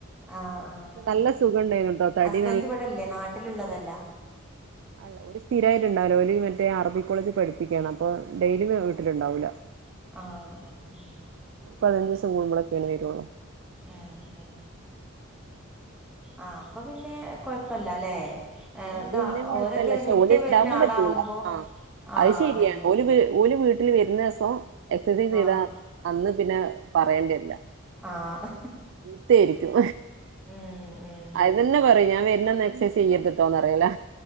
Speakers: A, in the centre; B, on the right.
A: ആഹ് ആഹ്ആ
B: നല്ല സുഖം ഉണ്ടായിരുന്നു ട്ടോ തടി
A: ഹസ്ബൻഡ് ഇവിടെല്ലേ നാട്ടിലുള്ളതല്ല
B: അ സ്ഥിരമായിട്ടുണ്ടാവില്ല മറ്റേ അറബി കോളേജിൽ പഠിപ്പിക്കയാണ് അപ്പൊ ഡെയിലി വീട്ടിലുണ്ടാവൂല്ല
A: ആ ആ ആ
B: പതിനഞ്ച് ദിവസം കുടുംബ ളൊക്കെണ് വരള്ളോ
A: ആ ആ ആഹ് അപ്പൊ പിന്നെ കൊഴപ്പല്ല ല്ലെ
B: ആഹ്
A: ഏ
B: ഓലില്ലേ
A: ഇതാ
B: കൊഴപ്പല്ല
A: ഓരൊക്കെ
B: പക്ഷെ
A: നിത്യം
B: ഓല് ഇണ്ടാവുമ്പോ
A: വരുന്ന ആളാവുമ്പോ
B: പറ്റൂല ആഹ്
A: ആഹ്
B: അത് ശരിയാണ്
A: അതന്നെ
B: ഓല് വീ ഓൽ വീ വീട്ടിൽ വരുന്ന ദിവസം എക്സസൈസ് ചെയ്താ
A: ആഹ്
B: അന്ന് പിന്നെ പറയേണ്ടിവെരില്ല
A: ആഹ്
B: ത്തേയിരിക്കും
A: ഉം ഉം
B: ആദ്യം തന്നെ പറയും ഞാൻ വരുന്ന അന്ന് എക്സൈസ് ചെയ്യരുതുട്ടോന്ന് പറയലാ